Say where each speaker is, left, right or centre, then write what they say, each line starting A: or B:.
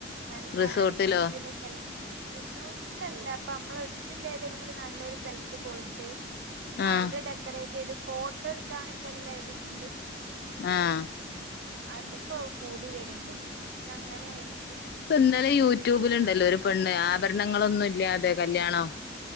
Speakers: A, on the right; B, on the left.
A: നല്ല
B: റിസോർട്ടിലോ
A: ആംബിയൻസിലെ സ്ഥലത്ത് റിസോർട്ടിലല്ല അപ്പൊ നമ്മൾ അടുത്തില്ലേതെങ്കിലും നല്ലൊരു സ്ഥലത്ത് പോയിട്ട്
B: ആഹ്
A: അവിടെ ഡെക്കറേറ്റ് ചെയ്ത് ഫോട്ടോ എടുക്കാനൊക്കെല്ലേ രീതിയില്
B: ആഹ്
A: അതിപ്പോ കൂടി വരുണ്ട് ഇനി അങ്ങനെ ആയിരിക്കും
B: ഇന്നലെ യൂട്യൂബില്ണ്ടല്ലോ ഒരു പെണ്ണ് ആഭരണങ്ങളൊന്നും ഇല്ല്യാതെ കല്യാണം